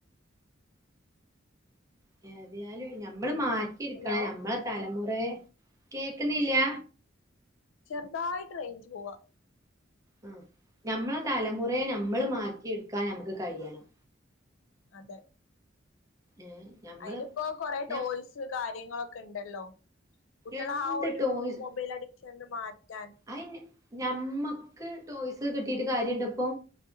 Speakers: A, on the right; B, on the left.
A: <unintelligible> ഞമ്മള് മാ <unintelligible>
B: ഹലോ
A: ഞമ്മള തല എന്തെ കേക്ക്‌ന്നില്ല്യ?
B: ചെറുതായിട്ട് റെയിൻഞ്ച് പോവാ
A: ആ ഞമ്മളെ തലമുറയെ നമ്മൾ മാറ്റിയെടുക്കാൻ ഞമക്ക് കഴിയണം.
B: അതെ
A: ഏഹ് ഞമ്മള്
B: അയ്നിപ്പോ കൊറെ ടോയ്സ്
A: ഞ
B: കാര്യങ്ങളൊക്കെ ഇണ്ടല്ലോ. കുട്ടിളാ
A: എന്ത്
B: ആ ഒരു
A: ടോയ്സ്
B: മൊബൈൽ അഡിക്ഷൻന്ന് മാറ്റാൻ.
A: അയിന് ഞമ്മക്ക് ടോയ്സ് കിട്ടീട്ട് കാര്യുണ്ട്പ്പൊ